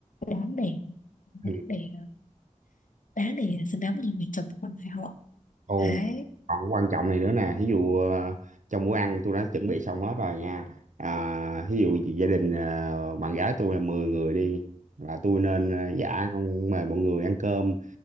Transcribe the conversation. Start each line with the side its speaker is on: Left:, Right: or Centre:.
Left: đáng để
Right: ừ.
Left: đáng để đáng để xứng đáng một người chồng con phải họ.
Right: Ồ,
Left: Đấy.
Right: còn quan trọng này nữa nè, ví dụ ờ, trong bữa ăn tôi đã chuẩn bị xong hết rồi nha. À, ví dụ gia đình ờ, bạn gái tôi là 10 người đi là tôi nên ờ, dạ con mời mọi người ăn cơm